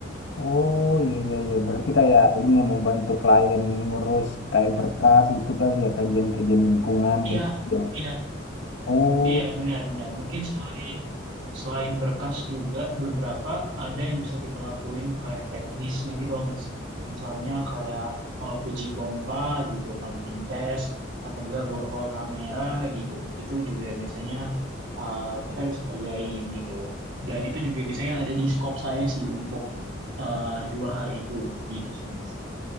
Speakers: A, on the left (about 65°); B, on the right (about 75°).
A: Oh iya iya iya berarti kayak ini yang membantu klien ngurus kayak berkas gitu kali ya kajian-kajian lingkungan kayak
B: Iya,
A: gitu ya.
B: iya,
A: Oh
B: iya benar-benar. Mungkin selain selain berkas juga beberapa ada yang bisa kita lakuin kayak teknisnya gitu loh Mas. Misalnya kayak eh, uji pompa gitu, pumping test atau enggak borehole kamera gitu. Itu juga biasanya eh, kita bisa kerjain gitu. Dan itu juga biasanya ada di scope saya sih untuk eh, dua hal itu gitu sih Mas.